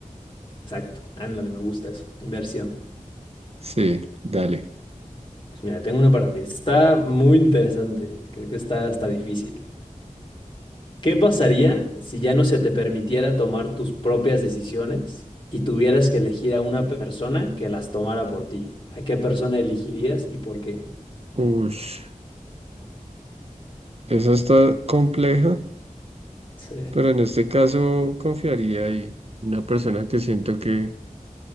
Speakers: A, on the left; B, on the right.
A: Exacto, ándale, me gusta eso, inversión.
B: Sí, dale.
A: Pues mira, tengo una para ti. Está muy interesante, creo que está hasta difícil. ¿Qué pasaría si ya no se te permitiera tomar tus propias decisiones y tuvieras que elegir a una persona que las tomara por ti? ¿A qué persona elegirías y por qué?
B: Ush, esa está compleja,
A: Sí,
B: pero en este caso confiaría ahí. una persona que siento que